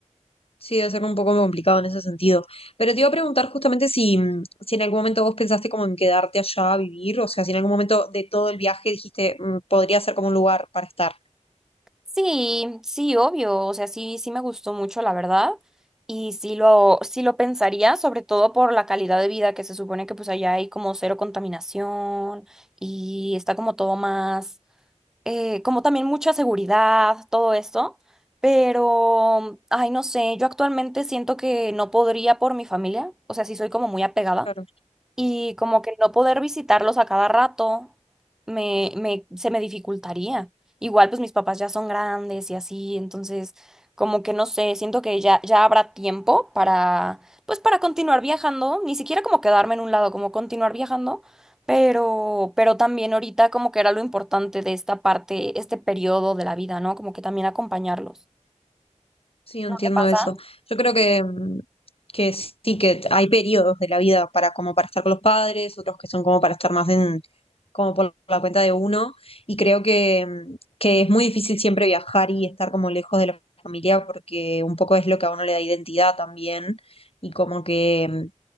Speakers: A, on the left; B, in the centre.
A: Sí, debe ser un poco complicado en ese sentido. Pero te iba a preguntar justamente si, mm, si en algún momento vos pensaste como en quedarte allá a vivir, o sea, si en algún momento de todo el viaje dijiste, mm, podría ser como un lugar para estar.
B: Sí, sí, obvio, o sea, sí, sí me gustó mucho, la verdad, y sí lo, sí lo pensaría, sobre todo por la calidad de vida que se supone que pues allá hay como cero contaminación y está como todo más, eh, como también mucha seguridad, todo esto, pero, ay, no sé, yo actualmente siento que no podría por mi familia, o sea, sí soy como muy apegada,
A: Claro.
B: y como que no poder visitarlos a cada rato me, me, se me dificultaría. Igual pues mis papás ya son grandes y así, entonces como que no sé, siento que ya, ya habrá tiempo para pues para continuar viajando, ni siquiera como quedarme en un lado, como continuar viajando, pero pero también ahorita como que era lo importante de esta parte, este periodo de la vida, ¿no? Como que también acompañarlos.
A: Sí, entiendo
B: ¿No te pasa?
A: eso. Yo creo que, mm, que sí que hay periodos de la vida para como para estar con los padres, otros que son como para estar más en, como por la cuenta de uno, y creo que, mm, que es muy difícil siempre viajar y estar como lejos de la familia porque un poco es lo que a uno le da identidad también, y como que, mm,